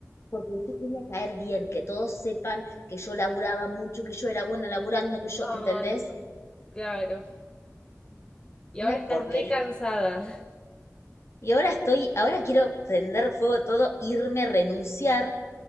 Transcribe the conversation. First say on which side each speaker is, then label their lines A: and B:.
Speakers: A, on the left; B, on the left.
A: porque yo quería caer bien, que todos sepan que yo laburaba mucho, que yo era buena laburando, que yo,
B: Ay,
A: ¿entendés?
B: claro. Y ahora
A: Una
B: estás
A: porquería.
B: re cansada.
A: Y ahora estoy, ahora quiero prender fuego todo, irme, renunciar.